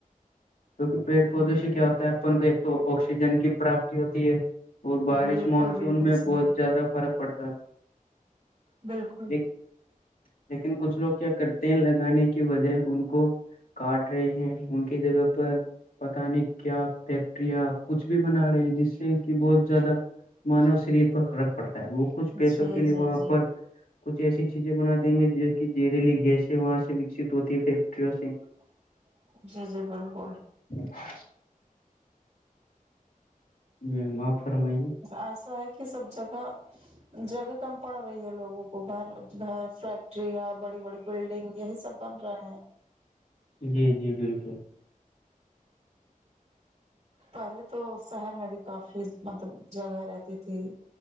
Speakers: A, on the left; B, on the right.
A: کیکہ پیڑ پودوں سے کیا ہوتا ہے اپن کو ایک تو آکسیجن کی پراپتی ہوتی ہے اور بارش
B: بالکل
A: مانسون
B: بالکل
A: میں
B: صحیح
A: بہت زیادہ فرق پڑتا ہے
B: بالکل
A: لیکن لیکن کچھ لوگ کیا کرتے ہیں لگانے کی وجہ ان کو کاٹ رہے ہیں ان کی جگہ پر پتا نہیں کیا فیکٹریا کچھ بھی بنا رہے ہیں جس سے کہ بہت زیادہ مانو شریر پر فرق پڑتا ہے وہ کچھ پیسوں
B: جی
A: کے لیے
B: جی
A: وہاں
B: جی
A: پر کچھ ایسی چیزیں بنا دیں گے جس کہ جیریلی گیسیں وہاں سے وکست ہوتی ہے فیکٹریوں سے
B: <inaudible> جی جی بول بول
A: <inaudible> جی آپ فرمائیے
B: ایسا ہے کہ سب جگہ جگہ کم پڑ رہی ہے لوگوں کو گھر گھر فیکٹریاں بڑی بڑی بلڈنگ یہی سب پن رہا ہیں
A: جی جی بالکل
B: پہلے تو شہر میں بھی کافی مطلب جگہ رہتی تھی